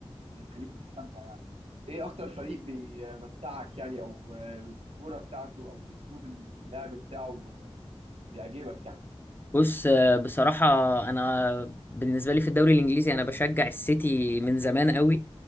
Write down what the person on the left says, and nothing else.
بص آه، بصراحة أنا بالنسبة لي في الدوري الإنجليزي أنا بشجع السيتي من زمان قوي